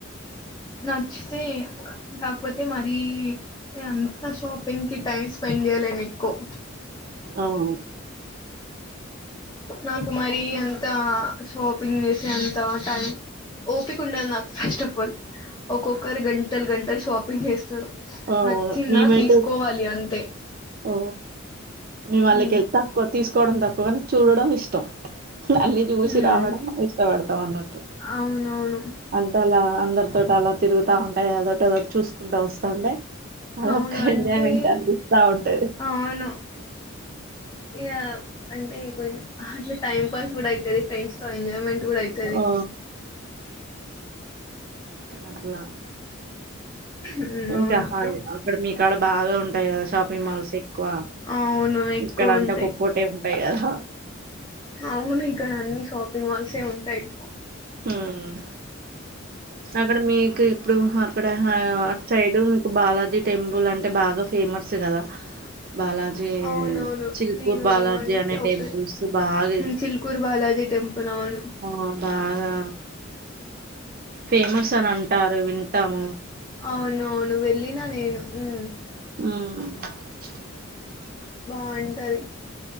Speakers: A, on the left; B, on the right.
A: నచ్చితే కాకపోతే మరీ నే అంతా షాపింగ్ కి టైమ్ స్పెండ్ చేయలేను ఎక్కువ
B: అ ఓ
A: నాకు మరి ఎంత షాపింగ్ చేసిే ఎంత టైం ఓపిక ఉండదు నాకు ఫస్ట్ ఆఫ్ ఆల్ ఒఓకక గంటల్ గంంటల్ షాపింగ్ చేస్తారు
B: అవు
A: నచ్చిందా
B: మేమైతే
A: తీసుకోవాలి అంతే
B: ఓ మేము వాళ్ళకి
A: ఉమ్,
B: వెళ్తేా తక్కువ తీసుకు కోవడం తాకువ అ చూడడం ఇష్టం అీ చూసి
A: ఉమ్,
B: రావడం ఇష్టపడతాం అన్నట్టు
A: అవునవును
B: అంటే అలా అందరితోటి అలా తిగుతా ఉంటయి ఏదటిోదోటి చూసుకుంటా వస్తాంటే అదొక్క
A: అవును అంటే
B: ఎంజాయ్మెంట్ అనిపిస్తా ఉంటది
A: అవును ఇ అంటే కొంచం అట్లా టైం పాస్ కూడా అయితుంది ఫ్రెండ్స్ తో ఎంజాయ్మెంట్ కూడా అవుతుంది
B: ఓ అట్లా
A: ఉమ్
B: ఇంకా
A: అవునక్క
B: హా్ అక్కడ మీకాడ బాగా ఉంట ఉంటాయి కదా షాపింగ్ మాల్స్ ఎక్కువ
A: అవును ఎక్కువ
B: ఇక్కడ అంటే
A: ఉంటాయి
B: ఓక్కోటే ఉంటాయి కదా
A: అవును ఇక్కడ అన్ని షాపింగ్ మాల్సే ఉంటాయి ఎక్కో
B: హ్మ్మ్ అక్కడ మీకు ఇప్పుడు అక్కడ అటు సైడ్ మీకు బాల టెంపుల్ అంటే బాగా ఫేమస్ కదా బాలాజీ
A: అవునవును
B: చిల్పూర్
A: నేను
B: బాలాజీ
A: అంటే
B: అనే
A: ఒక
B: టెంపుల్స్ బాగా
A: చిల్కూరు బాలాజీ టెంపుల్ అవును
B: ఆ బాగా ఫేమస్ అని అంటారు విం టాం
A: అవును అవును వెళ్ళిన నేను మ్
B: ఉమ్
A: బావుంటది